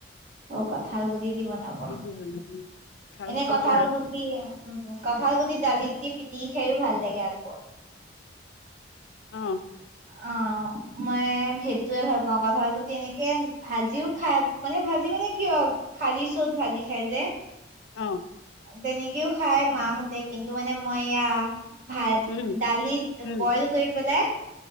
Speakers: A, on the right (about 40°); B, on the left (about 80°).
A: অ কঁঠাল গুটি দি বনাব।
B: গুটি দি উম।
A: এনে
B: গুটি
A: কঁঠাল
B: এতিয়া
A: গুটি উম কঁঠাল গুটিত দালিত দি পিটিকি খাওঁ ভাল লাগে আকৌ।
B: অহ।
A: অ মই সেইটোৱে ভাল পাওঁ কঁঠাল গুটি এনেকে ভাজিও খাই- মানে ভাজি মানে কিয় খালি চ'ত ভাজি খাই যে।
B: অ'।
A: তেনেকেও খাই মাহতে- কিন্তু মানে মই এয়া ভাত
B: উম
A: দালিত
B: উম
A: বইল কৰি পেলাই।